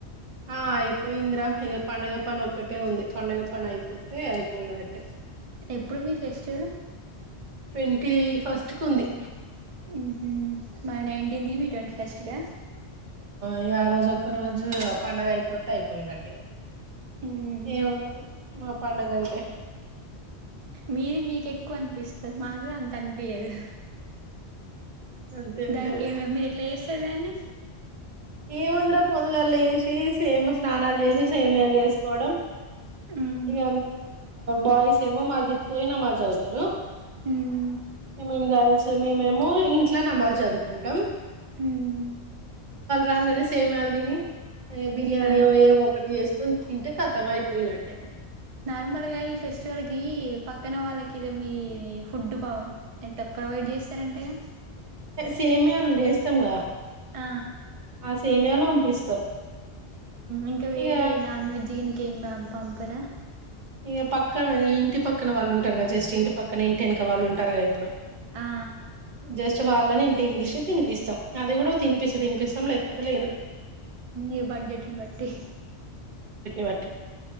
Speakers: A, on the right (about 50°); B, on the right (about 65°).
A: ఆ అయిపోయింద్ర ఇగ పండుగ పని ఒక్కటే ఉంది పండుగ పని అయిపోతే అయిపోయినట్టే
B: ఎప్పుడు మీ ఫెస్టివల్
A: ట్వంటీ ఫస్ట్ కుంది
B: మ్ హ్ మా నైన్ంటీన్కి మీద్ ట్వంటీ ఫస్ట్గా
A: ఇగ ఆ రోజు ఒక్క రోజు పండుగ అయిపోతే అయిపోయినట్టు ఇగ
B: మ్మ్
A: ఏముంది మా పడుగ అంటే
B: మీది మీక్ ఎక్కువ అనిపిస్త మాకు అంత అనిపయదు
A: అంతే
B: దానికి
A: ఉంటది
B: ఏం మీర్ ఎట్లా దాన్ని
A: ఏముంద్ర పొదుగళ్ళ లేసి సేమ్ స్నానాలు చేసి సేమయాలు చేసుకోవడం
B: ఉమ్
A: ఇగ బాయిస్ ఏమొ మాదికియి న మాజవుతరు
B: ఉమ్
A: ఏమే గల్స్ మేమేమో ఇంట్ల నమాజ్ చదువ్కుంటం
B: ఉమ్
A: రాంగనే సేమ్యాల్ తిని బిర్యానీ
B: ఆ
A: ఏమో ఒకటి చేసుకొని తింటే కతం అయిపోయినట్టే
B: నార్మల్ గా ఈ ఫెస్టివల్ కీ పక్కన వాళ్ళకి ఇద మీది ఫుడ్ బాగుం ఎంత ప్రొవైడ్ చేస్తారంటగ
A: సేమ్యాళ్ళు చేస్తాంగ
B: ఆ
A: సేమయాలో పంపిస్తాం
B: ఇంకా వేరే
A: ఇక
B: నాన్ వెెజీ ఎం పంపరా
A: ఇక పక్కన ఇంటి పక్కన వాళ్ళు ఉంటార్ కద జస్ట్ ఇంటి పక్కన ఇంటి ఎనక వాళ్ళు ఉంటారుగా ఇప్పుడు
B: ఆ
A: జష్ వాళ్ళని ఇంటికి పిలిషి తినిపిస్తం అది కూడా తినిపిస్తే తినిపిస్తాం లేకపోతే లేదు
B: ఇ బడ్ జట్ని బట్టి
A: వట్టి